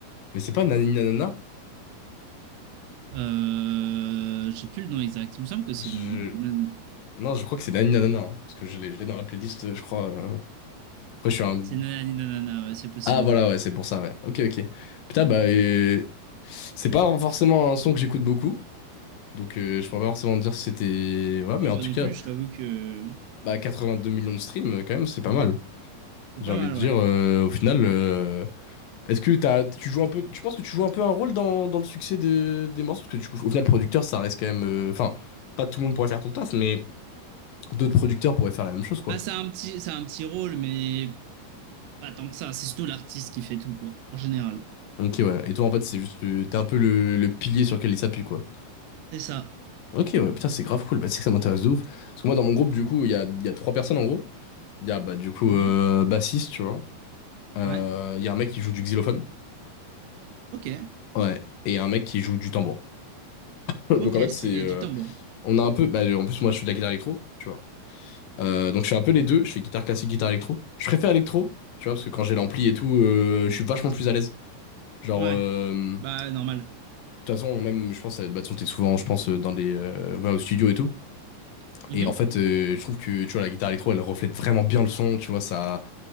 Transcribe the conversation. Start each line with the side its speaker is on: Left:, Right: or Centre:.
Left: mais c'est pas Nani Nanana?
Right: Euh, j'ai plus le nom exact. Il me semble que c'est
Left: Je...
Right: Nan-
Left: Non, je crois que c'est Nani Nanana, hein, parce que je l'ai je l'ai dans la playlist, euh, je crois. euh. Après, je suis un...
Right: c'est Nanani Nanana. Ouais, c'est possible.
Left: Ah, voilà, ouais, c'est pour ça, ouais. Ok, ok. Putain, bah, euh, c'est pas forcément un son que j'écoute beaucoup, donc euh, je pourrais pas forcément dire si c'était... Ouais,
Right: Bon, bah,
Left: mais en
Right: moi
Left: tout
Right: non
Left: cas,
Right: plus, je t'avoue que
Left: bah, 82 millions de streams, euh, quand même, c'est pas mal.
Right: c'est
Left: J'ai
Right: pas
Left: envie
Right: mal,
Left: de dire,
Right: ouais.
Left: euh, au final... euh, Est-ce que t'as, tu joues un peu, tu penses que tu joues un peu un rôle dans, dans le succès de- des morceaux? Parce que du coup, au final, producteur, ça reste quand même. euh, Enfin, pas tout le monde pourrait faire ton taf, mais d'autres producteurs pourraient faire la même chose, quoi.
Right: Bah, c'est un petit, c'est un petit rôle, mais Pas tant que ça, c'est surtout l'artiste qui fait tout, quoi, en général.
Left: Ok, ouais. Et toi, en fait, c'est juste le- t'es un peu le, le pilier sur lequel ils s'appuient, quoi.
Right: C'est ça.
Left: Ok, ouais, putain, c'est grave cool. Bah, tu sais que ça m'intéresse de ouf. Parce que moi, dans mon groupe, du coup, il y a, il y a trois personnes, en gros. Il y a, bah, du coup,
Right: Mhm.
Left: euh, bassiste, tu vois. Euh,
Right: Ouais.
Left: Il y a un mec qui joue du xylophone.
Right: Ok.
Left: Ouais. Et un mec qui joue du tambour. <laughs> Donc,
Right: Ok,
Left: en fait,
Right: c'est
Left: c'est. euh,
Right: du tambour.
Left: on a un peu. Bah, en plus, moi, je suis de la guitare électro, tu vois. Euh, donc je fais un peu les deux, je fais guitare classique, guitare électro. Je préfère électro, tu vois, parce que quand j'ai l'ampli et tout, euh, je suis vachement plus à l'aise. Genre,
Right: Ouais.
Left: euh,
Right: Bah,
Left: de
Right: normal.
Left: toute façon, même, je pense, euh, bah, de toute façon, t'es souvent, je pense, euh, dans des, euh, va au studio et tout.
Right: Mhm.
Left: Et en fait, euh, je trouve que, tu vois, la guitare électro, elle reflète vraiment bien le son, tu vois, ça...